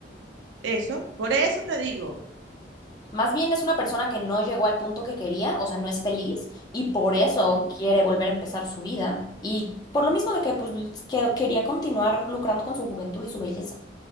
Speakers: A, on the right; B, on the left.
A: Eso, por eso te digo.
B: Más bien es una persona que no llegó al punto que quería, o sea, no es feliz y por eso
A: Ujú,
B: quiere volver a empezar su vida. Y por lo mismo de que pues que quería continuar lucrando con su juventud y su belleza.